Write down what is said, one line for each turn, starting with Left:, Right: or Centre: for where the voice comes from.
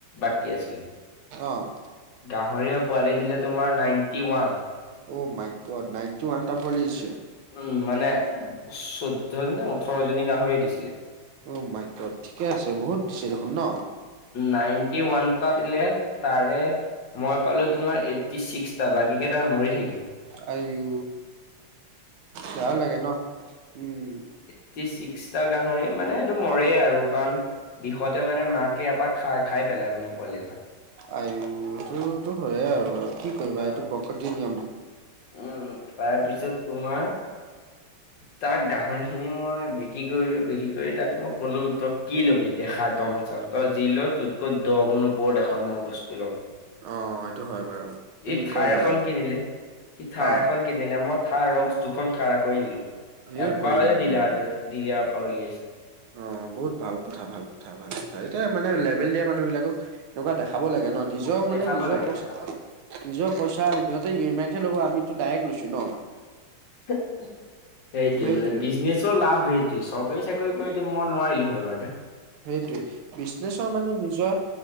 Left: বাকী আছিলে।
Right: অ'।
Left: গাহৰি পোৱালি দিলে, তোমাৰ নাইনটি ওৱান।
Right: অ, মাই গদ নাইনটি ওৱনটা পোৱালী দিছে।
Left: উম মানে চৈধ্য জনী নে ওঠৰ জনী গাহৰিয়ে দিছিলে।
Right: অ মাই গদ ঠিকে আছে বহুত দিছে দেখোন ন।
Left: নাইনটি ওৱানটা দিলে তাৰে মই পালোঁ তোমাৰ ফৰ্তি ছিক্সটা বাকীকেইটা মৰি থাকিল।
Right: আইও বেয়া লাগে ন, উম।
Left: ফৰ্টি ছিক্সটা গাহৰি মানে সেইটো মৰেই আৰু কাৰণ বিষতে মানে মাকে এটা খাই, খাই পেলাই মানে পোৱালি এটা।
Right: আইও এইটো তো হয় আৰু আৰু কি কৰিবা,
Left: উম
Right: এইটো প্ৰকৃতিৰ নিয়ম।
Left: উম, তাৰ পিছত তুমাৰ তাক গাহৰি খিনি মই বিক্ৰী কৰিলোঁ, বিক্ৰী কৰি তাক মই কলোঁ কি ল'বি দেখা দম চম তই যি লবি তাতকৈ দহ গুণ ওপৰত এখন মই বস্তু লম।
Right: অ এইটো হয় বাৰু তুমি
Left: ই থাৰ
Right: কৰিলা
Left: এখন
Right: মানে
Left: কিনিলে, সি থাৰ
Right: অ
Left: এখন কিনিলে, মই থাৰ ৰস্ক দুখন খাৰা কৰি দিলোঁ,
Right: এ
Left: এবাৰতে
Right: বঢ়িয়া বঢ়িয়া
Left: দিলে আৰু।
Right: বঢ়িয়া
Left: দিলাৰৰ পৰা উলিয়াইছে।
Right: অ, বহুত ভাল কথা, ভাল কথা। ভাল কথা এতিয়া মানে লেভেল দিয়া মানুহ বিলাকক এনেকুৱা দেখাব লাগে ন, নিজৰ নিজৰ মানে
Left: দেখাব
Right: নিজৰ
Left: লাগে
Right: পইচা
Left: দেখাব লাগে।
Right: নিজৰ পইচা, সিহঁতে ই এম আইত হে ল'ব। আমিতো ডাইৰেক্ট লৈছোঁ ন।
Left: সেইটোৱেই
Right: সেইটোৱে
Left: মানে বিজনেচৰ লাভ সেইটোৱেই, চৰকাৰী চাকৰি কৰিলে মই নোৱাৰিলোঁ হয়, এবাৰতে।
Right: সেইটোৱেই বিজনেছৰ মানে নিজৰ